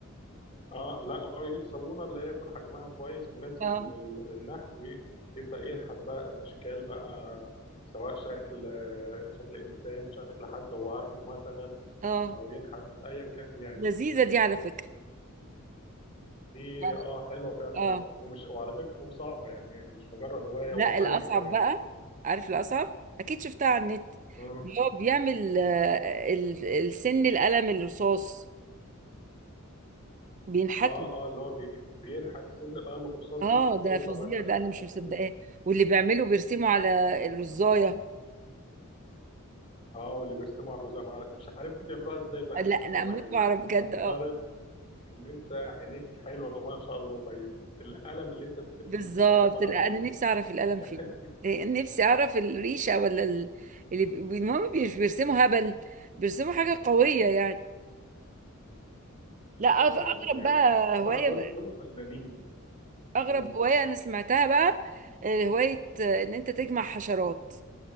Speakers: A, on the left; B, on the right.
A: اه لا هو يجيب صابونه اللي هي يكون حجمها كويس مناسب
B: اه
A: لل- للنحت ويبدا ينحت بقى اشكال بقى سواء شكل آه، شكل انسان شكل حد هو عارفه مثلا
B: اه
A: او ينحت ايا كان يعني
B: لذيذة دي على فكرة
A: ودي
B: يعني
A: اه حلوه فعلا
B: اه
A: و- ومش وعلى فكره هو صعبه يعني هي مش مجرد هوايه
B: لا
A: هو فن
B: الأصعب
A: كمان
B: بقى عارف الأصعب أكيد شفتها على النت
A: مم.
B: اللي هو بيعمل آه، ال- السن القلم الرصاص بينحتوا
A: اه اه اللي هو بي- بينحت سن القلم الرصاص
B: اه
A: يكتب
B: ده
A: كلمه
B: فظيع
A: مثلا
B: ده أنا مش
A: او كده
B: مصدقاه واللي بيعمله بيرسموا على الرزاية
A: اه واللي بيرسموا على الرزق مع- مش عارف دي بيعملوها ازاي بقى نفسي
B: لا أنا
A: افهمها
B: أموت
A: يعني
B: وأعرف بجد
A: افترض
B: اه
A: ان انت عينيك حلوه ما شاء الله طيب القلم اللي انت بترسم
B: بالظبط
A: بيه ده عباره
B: لا
A: عن ايه؟
B: أنا نفسي أعرف القلم
A: <laughs>
B: فين إيه، نفسي أعرف الريشة ولا ال- اللي بي- المهم مش بيرسموا هبل بيرسموا حاجة قوية يعني لا أغ-
A: اه
B: أغرب
A: يعني
B: بقى
A: بس بصراحه
B: هواية
A: دول دول فنانين
B: اغرب
A: مم.
B: هوايه انا سمعتها بقى آه، هوايه آه، ان انت تجمع حشرات